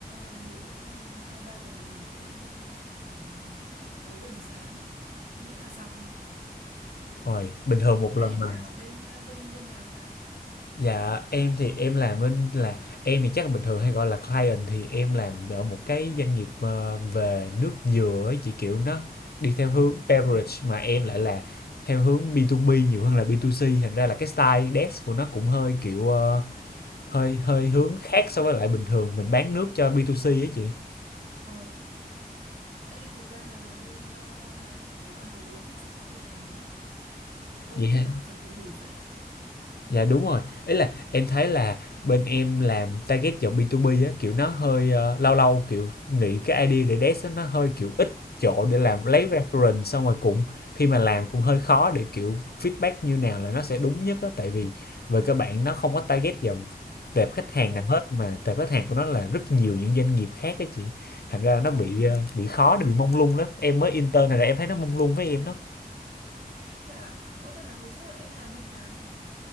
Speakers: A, on the right; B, on the left.
A: ờ, nhiều lúc ừ, hai ba giờ là bình thường Có khi còn phải tới gần sáng Miễn là xong
B: ôi bình thường một
A: Đây là
B: lần
A: em
B: mà
A: làm ở bên ờ, bên bên nào ta
B: Dạ, em thì em làm bên là em thì chắc là bình thường hay gọi là client thì em làm ở một cái doanh nghiệp ờ, về nước dừa ấy, chị kiểu nó đi theo hướng
A: Ừ.
B: beverage mà em lại là theo hướng B2B nhiều hơn là B2C thành ra là cái style desk của nó cũng hơi kiểu ờ, hơi hơi hướng khác so với lại bình thường mình bán nước cho B2C ấy
A: Ờ, ê thực ra là làm bên ờ, mảng đồ ăn đồ uống là chị cũng từng làm rồi đó, cũng
B: chị.
A: ờ, phải tỉ mỉ phết đó.
B: Dạ đúng rồi, ý là em thấy là bên em làm target vào B2B á, kiểu nó hơi ờ, lâu lâu kiểu nghĩ cái idea để desk á, nó hơi kiểu ít chỗ để làm lấy
A: Ừ.
B: reference xong rồi cũng khi mà làm cũng hơi khó để kiểu feedback như nào là nó sẽ đúng nhất á tại vì về cơ bản nó không có target vào tệp khách hàng
A: Ồ,
B: nào hết mà tệp khách hàng của nó là rất nhiều những doanh nghiệp khác á chị thành ra nó
A: ồ,
B: bị ờ, bị khó nó bị mông lung lắm em mới intern này là em thấy nó mông lung với em đó
A: thế à? Ồ, thế là hồi trước là em làm bên nào?